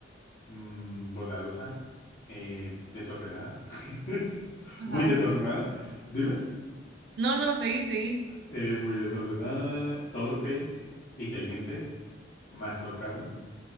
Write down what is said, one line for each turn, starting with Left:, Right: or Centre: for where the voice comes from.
Left: mm, bondadosa, eh, desordenada, <laughs>
Right: Ajá.
Left: muy desordenada, dime,
Right: No, no, seguí, seguí.
Left: eh, muy desordenada, torpe, inteligente, más torpe aún,